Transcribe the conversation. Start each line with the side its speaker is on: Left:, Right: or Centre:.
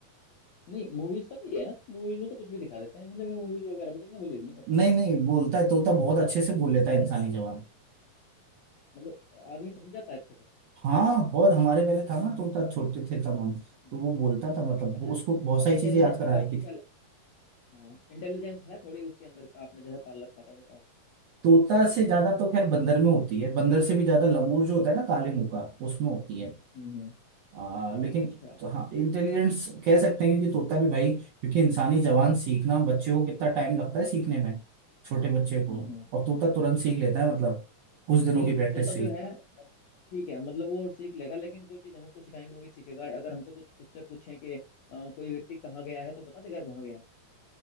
Left: नहीं मूवीज का तो ये है ना मूवीज में तो कुछ भी दिखा देते हैं इसलिए मैं मूवीज वगैरह पे तो इतना बिलीव नहीं करता हूँ
Right: नहीं नहीं बोलता है तोता बहुत अच्छे से बोल लेता है इंसानी जवाब
Left: मतलब आदमी समझ जाता है अच्छे से
Right: हाँ बहुत हमारे पहले था ना तोता छोटे थे तब हम तो
Left: हम्म।
Right: वो बोलता था मतलब
Left: अच्छा
Right: वो- उसको बहुत सारी
Left: इंटेलिजेंस
Right: चीजें याद करा रखी
Left: आपको
Right: थी
Left: क्या लग- हाँ इंटेलिजेंस है थोड़ी उसके अंदर आपने जैसा पाल रखा था तो आप
Right: तोता
Left: थोड़ा
Right: से ज्यादा तो खैर बंदर में होती है बंदर से भी ज्यादा लंगूर जो होता है ना काले मुंह का उसमें होती
Left: हम्म
Right: है
Left: हम्म हम्म।
Right: आ, लेकिन
Left: अच्छा
Right: तो हाँ इंटेलिजेंस कह सकते हैं क्योंकि तोता भी भाई क्योंकि इंसानी जवान सीखना बच्चे को कितना टाइम लगता है सीखने में छोटे बच्चे को
Left: हम्म हम्म
Right: और तोता तुरंत सीख लेता है मतलब कुछ दिनों
Left: नहीं
Right: की प्रैक्टिस
Left: तोता
Right: से
Left: जो
Right: ही।
Left: है मत- ठीक है मतलब वो सीख लेगा लेकिन जो चीज हम उसको सिखाएंगे वही सीखेगा अगर हमसे कुछ उससे पूछें कि अ, कोई व्यक्ति कहाँ गया है तो बता देगा वहां गया है